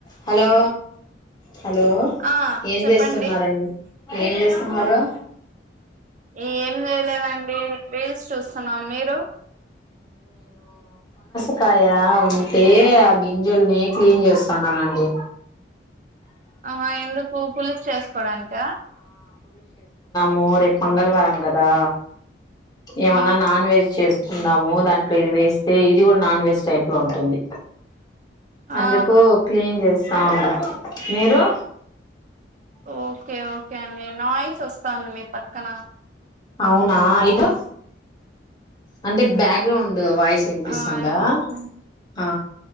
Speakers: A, on the left; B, on the right.
A: హలో హలో
B: ఆ
A: ఏం
B: చెప్పండి
A: చేస్తున్నారండి. ఏం చేస్తున్నారు.
B: ఏం చేయలేదండి రీల్స్ చూస్తున్నాం మీరు
A: ఉకాయ ఉంటే ఆ గింజల్ని క్లీన్ చేస్తాన్నానండి.
B: ఆ ఎందుకు పులుసు చేసుకోడానిక
A: మోరే పొంగల్ వారం క కదా ఏమన్నా
B: ఆ
A: నాన్ వెజ్ చేసు కుందము దాంట్లో ఇది వేస్తే ఇది కూడా నాన్ వేజ్ టైప్ లో ఉంటుంది అందుకు
B: ఆ
A: క్లీన్ చేస్త స్తాండ మీరు
B: ఓకే ఓకే అండి. నాయిస్ వస్తాంది మీ పక్కన
A: అవును నా ఇప్పుడు అంటే బ్యాక్గరౌండ్ వాయిస్ వినిపిస్థాందా
B: ఆ ఇప్పుడు ఓకే అండి
A: ఆ ఆ